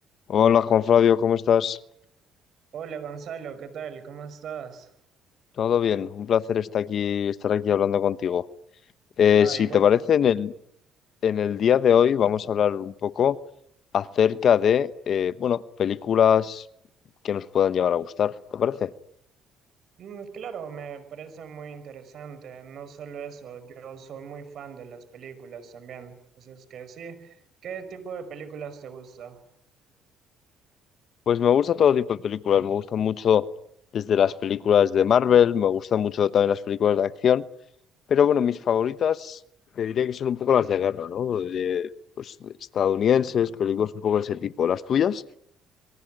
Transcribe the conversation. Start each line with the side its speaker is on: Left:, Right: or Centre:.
Left: Hola Juan Flavio, ¿cómo estás?
Right: Hola Gonzalo, ¿qué tal? ¿Cómo estás?
Left: Todo bien, un placer estar aquí, estar aquí hablando contigo. Eh,
Right: Ah,
Left: si
Right: igualmente.
Left: te parece, en el, en el día de hoy vamos a hablar un poco acerca de, eh, bueno, películas que nos puedan llegar a gustar, ¿te parece?
Right: Mm, claro, me parece muy interesante. No solo eso, yo soy muy fan de las películas también. Así es que sí, ¿qué tipo de películas te gusta?
Left: Pues me gusta todo tipo de películas, me gustan mucho desde las películas de Marvel, me gustan mucho también las películas de acción, pero bueno, mis favoritas te diría que son un poco las de guerra, ¿no? De, pues, de estadounidenses, películas un poco de ese tipo. ¿Las tuyas?